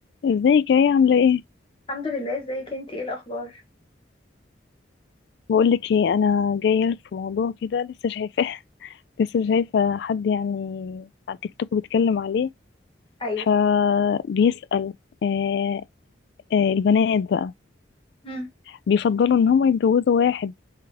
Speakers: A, on the left (about 60°); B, on the left (about 25°).
A: ازيك يا ايه عامله ايه
B: الحمد لله ازيك انتي ايه الاخبار
A: بقول لك ايه انا جايه لك في موضوع كده لسه شايفاه <laughs> لسه شايفه حد يعني على تيك توك بيتكلم عليه
B: ايوه
A: فبيسأل آه آه البنات بقى
B: مم.
A: بيفضلوا ان هم يتجوزوا واحد